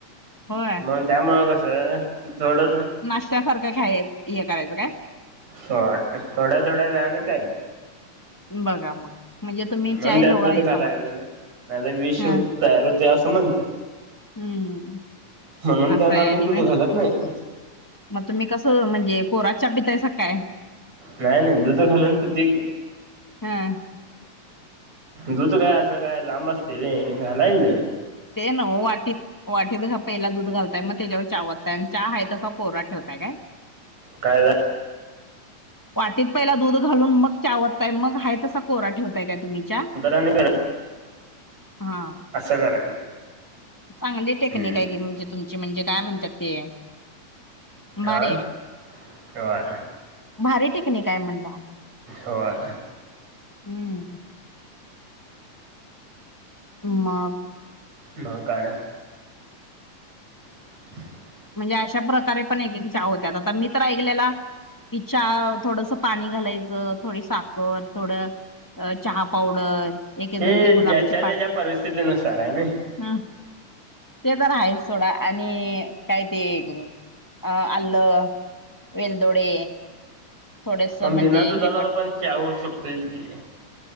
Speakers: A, on the left (about 20°); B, on the right (about 55°).
A: होय
B: मग त्यामुं कसं आहे थोडं
A: नाशत्यासारखं खय हे करायचं काय.
B: हो थोड्या थोड्या वनत आहेत.
A: बघा मग म्हणजे तुम्ही
B: म्ह
A: चाय
B: त्यात
A: लवर
B: द
A: हायसा
B: खाला
A: म्हणायचं
B: नाहीता वीष
A: हा
B: हो तर होते. ते असं म्हणत्या.
A: हम्म
B: म्हणून
A: असं
B: त्या आत
A: आहे
B: आम्ही
A: आणि
B: दुध
A: व्हय
B: घालत नाहीत.
A: मग तुम्ही कसं म्हणजे कोरातच्याचा बितायचं काय.
B: नाही नाही दुध घालून पिते की.
A: हा <unintelligible>
B: दूध काय असं काय लांब असते घालायचं.
A: ते ना वाटीत वाटत खप- पहिला दूध घालताय मग त्याच्यावर चाओतताय आणि हा आहे तसा कोरा ठेवताय काय.
B: कायला.
A: वाटीत पहिला दूध घालून मग चावतताय मग हा तसा कोरा ठेवताय काय. तुमच्या
B: नंतर आणि
A: हा
B: असं करायचं
A: चांगली टेक्निक
B: हम्म
A: आहे की म्हणजे तुमची म्हणजे काय म्हणतात ते
B: आं.
A: भारी आहे.
B: व्हय
A: भारी टेक्निक आहे म्हणलं
B: व्हय.
A: हम्म. हम्म मग.
B: ह काय. <unintelligible>
A: म्हणजे अशा प्रकारे पण एक एक चहा होत्या आता मी तर ऐकलेला कि चहा थोडस पाणी घालायचं थोडी साखर थोड अ चहा पावडर एक एजण
B: ते
A: ती गुलाबची
B: ज्याच्या त्याच्या
A: पा
B: परिस्थितीनुसार आहे ना
A: ह ते तर आहेच सोडा आणि कायती अ आलं वेलदोडे थोडेस
B: मग
A: म्हणजे
B: बिना दुधाला
A: हे
B: पण चा होऊ शकतो इत की.